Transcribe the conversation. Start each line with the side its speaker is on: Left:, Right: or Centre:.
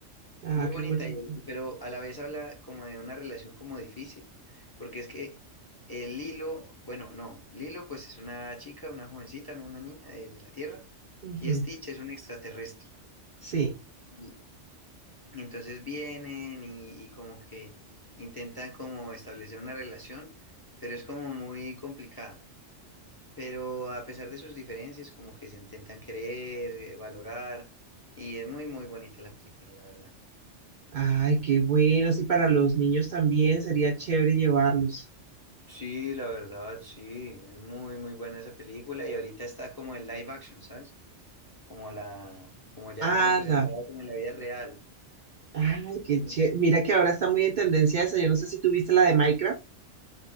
Right: Ah,
Left: Muy
Right: qué
Left: bonita,
Right: bonito.
Left: y- pero a la vez habla como de una relación como difícil, porque es que eh, Lilo, bueno, no, Lilo pues es una chica, una jovencita, no una niña de, de la Tierra,
Right: Ujú.
Left: y Stitch es un extraterrestre.
Right: Sí.
Left: Y, y entonces vienen y, y como que intentan como establecer una relación, pero es como muy complicada. Pero a pesar de sus diferencias, como que se intentan querer, eh, valorar, y es muy, muy bonita la película, la verdad.
Right: Ay, qué bueno. Sí, para los niños también sería chévere llevarlos.
Left: Sí, la verdad, sí, es muy, muy buena esa película y ahorita está como en live action, ¿sabes? Como la, como ya
Right: ¡Hala!
Left: representada como en la vida real.
Right: Ay, qué
Left: Mm.
Right: chévere. Mira que ahora está muy en tendencia esa. Yo no sé si tuviste la de Minecraft.